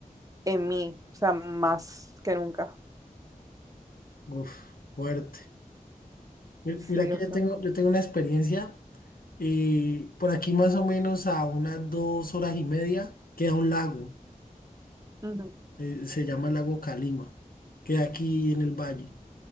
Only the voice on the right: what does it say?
en mí, o sea, más que nunca.
Sí,
o
sea.
ujú,